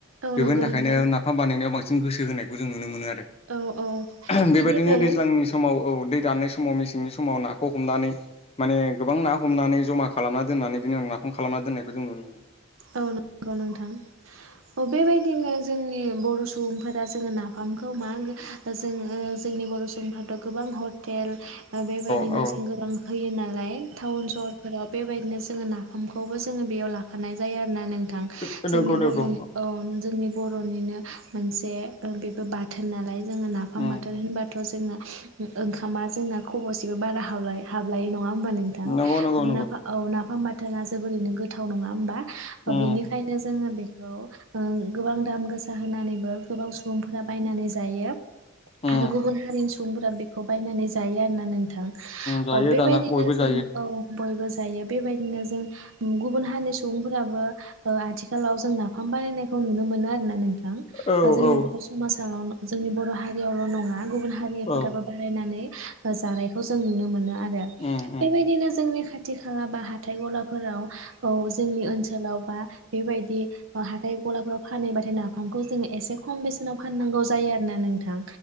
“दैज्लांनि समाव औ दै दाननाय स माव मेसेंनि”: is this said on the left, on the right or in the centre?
Left